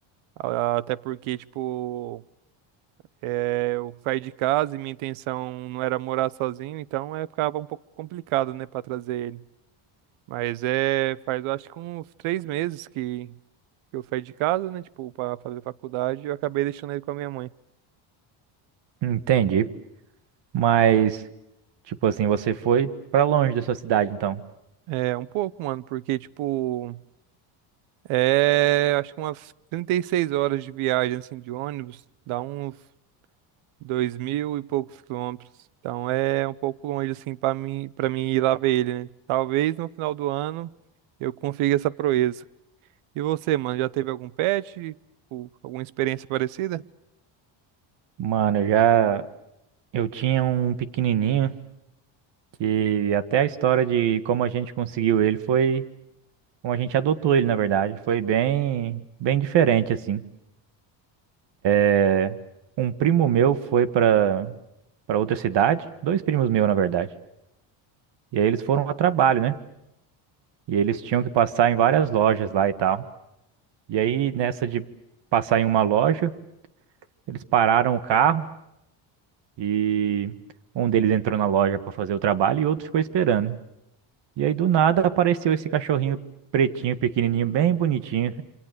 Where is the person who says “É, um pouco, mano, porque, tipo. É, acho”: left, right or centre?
Right